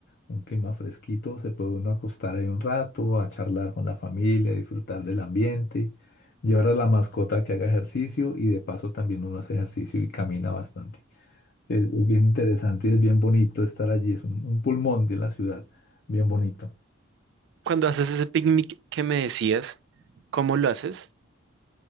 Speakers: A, on the left; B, on the right.
A: un clima fresquito, se puede uno acostar ahí un rato, a charlar con la familia, disfrutar del ambiente, llevar a la mascota que haga ejercicio y de paso también uno hace ejercicio y camina bastante. Es, es bien interesante y es bien bonito estar allí, es un, un pulmón de la ciudad, bien bonito.
B: Cuando haces ese picnic que me decías, ¿cómo lo haces?